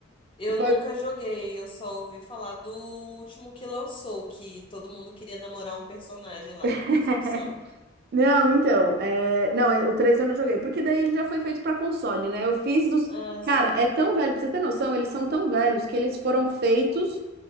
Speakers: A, on the left; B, on the right.
A: Eu
B: Foi.
A: nunca joguei, eu só ouvi falar do último que lançou, que todo mundo queria namorar um personagem lá, que
B: <laughs>
A: tem essa opção.
B: Não, então, é... não, é- o 3 eu não joguei, porque daí ele já foi feito pra console, né? Eu fiz dos.
A: Ah,
B: Cara,
A: sim.
B: é tão velho, pra você ter noção, eles são tão velhos que eles foram feitos